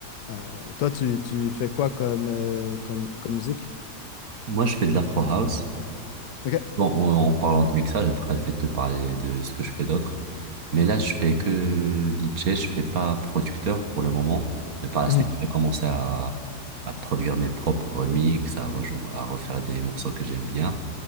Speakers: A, on the left (about 80°); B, on the right (about 60°).
A: Euh, toi, tu, tu fais quoi comme, euh, comme, comme musique?
B: Moi, je fais de l'afro house.
A: OK.
B: Bon, en, en parlant de mixage, après, je vais te parler de ce que je fais d'autre. Mais là, je fais que DJ, je fais pas producteur pour le moment. Mais par la
A: Mhm.
B: suite, je vais commencer à, à produire mes propres remixes, à rejou à refaire des morceaux que j'aime bien.